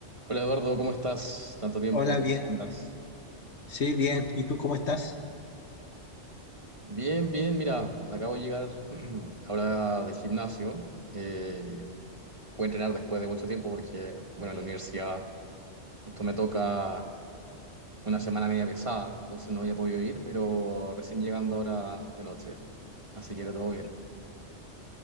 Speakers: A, on the right; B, on the left.
A: Hola Eduardo, ¿cómo estás? Tanto tiempo,
B: Hola, bien.
A: ¿cómo andas?
B: Sí, bien. ¿Y tú cómo estás?
A: Bien, bien, mira, acabo de llegar <clears throat> ahora del gimnasio. Eh, puedo entrenar después de mucho tiempo porque, bueno, en la universidad justo me toca una semana media pesada, entonces no había podido ir, pero recién llegando ahora de noche, así que todo bien.